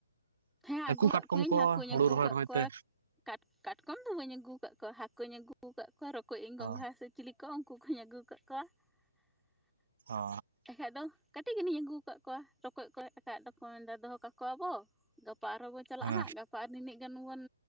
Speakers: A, in the centre; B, on the right (about 55°).
A: ᱦᱮᱸ
B: ᱦᱟᱹᱠᱩ
A: ᱟᱹᱜᱩ
B: ᱠᱟᱴᱠᱚᱢ
A: ᱠᱟᱜ ᱠᱚᱣᱟᱹᱧ
B: ᱠᱚ
A: ᱦᱟᱹᱠᱩᱧ
B: ᱦᱩᱲᱩ
A: ᱟᱹᱜᱩ
B: ᱨᱚᱦᱚᱭ
A: ᱠᱟᱜ
B: ᱨᱚᱦᱚᱭ
A: ᱠᱚᱣᱟ
B: ᱛᱮ
A: ᱠᱟᱴ ᱠᱟᱴᱠᱚᱢ ᱫᱚ ᱵᱟᱹᱧ ᱟᱹᱜᱩ ᱠᱟᱜ ᱠᱚᱣᱟ ᱦᱟᱹᱠᱩᱧ ᱟᱹᱜᱩ ᱠᱟᱜ ᱠᱚᱣᱟ ᱨᱚᱠᱚᱡ ᱟᱹᱧ ᱜᱚᱝᱜᱷᱟ
B: ᱚ
A: ᱥᱮ ᱪᱤᱞᱤ ᱠᱚ ᱩᱱᱠᱩ ᱠᱚᱧ ᱟᱹᱜᱩ ᱠᱟᱜ ᱠᱚᱣᱟ <inaudible>
B: ᱚ
A: ᱮᱠᱷᱟᱡ ᱫᱚ ᱠᱟᱹᱴᱤ ᱜᱟᱱ ᱱᱤᱧ ᱟᱹᱜᱩ ᱠᱟᱜ ᱠᱚᱣᱟ ᱨᱚᱠᱚᱡ ᱠᱚ ᱮᱠᱷᱟᱡ ᱫᱚᱠᱚ ᱢᱮᱱ ᱫᱟ ᱫᱚᱦᱚ ᱠᱟᱠᱚ ᱟᱵᱚ, ᱜᱟᱯᱟ ᱟᱨᱦᱚᱸ ᱵᱚ ᱪᱟᱞᱟᱜ-ᱟ
B: ᱦᱮᱸ
A: ᱦᱟᱸᱜ ᱜᱟᱯ ᱯᱟ ᱟᱨ ᱱᱤᱱᱤᱹᱜ ᱜᱟᱱ ᱵᱚᱱ